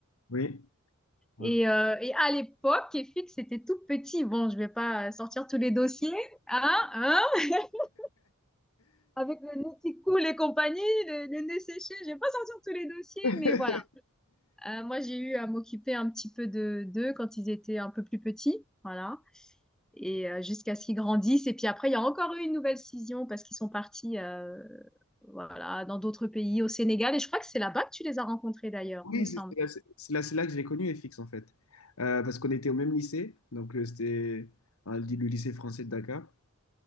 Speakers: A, on the left; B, in the centre.
A: Oui. Hop.
B: Et, euh, et à l'époque, EFIX, c'était tout petit. Bon, je vais pas sortir tous les dossiers. Hein, hein <laughs> Avec le nez qui coule et compagnie, le, le nez séché, je vais pas sortir tous les dossiers.
A: <laughs>
B: Mais voilà. Euh, moi, j'ai eu à m'occuper un petit peu de d'eux quand ils étaient un peu plus petits. Voilà. et euh, jusqu'à ce qu'ils grandissent. Et puis après, il y a encore eu une nouvelle scission parce qu'ils sont partis euh, voilà, dans d'autres pays, au Sénégal. Et je crois que c'est là-bas que tu les as rencontrés d'ailleurs,
A: Oui,
B: il me semble.
A: c'est c'est là, c'est c'est là- c'est là que j'ai connu FX en fait. Euh, parce qu'on était au même lycée, donc euh, c'était un- le lycée français de Dakar.